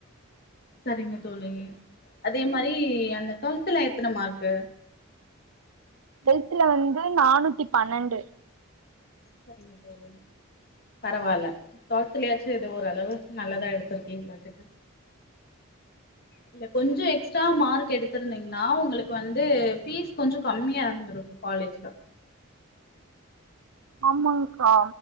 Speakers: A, on the left; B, on the right.
A: சரிங்க தோழி அதே மாரி அந்த ட்வல்த்ல எத்தன மார்க்கு
B: ல்த்ல வந்து நானூத்தி பன்னண்டு
A: சரிங்க தோழி பரவால்ல ட்வல்த்லயாச்சு எதோ ஓரளவுக்கு நல்லதா எடுத்துருக்கீங்களாட்டுக்கு இல்ல கொஞ்சோ எக்ஸ்ட்ரா மார்க் எடுத்திருந்தீங்னா உங்களுக்கு வந்து ஃபீஸ் கொஞ்சோ கம்மியா இருந்திருக்கு காலேஜ்ல
B: ஆமாங்க்கா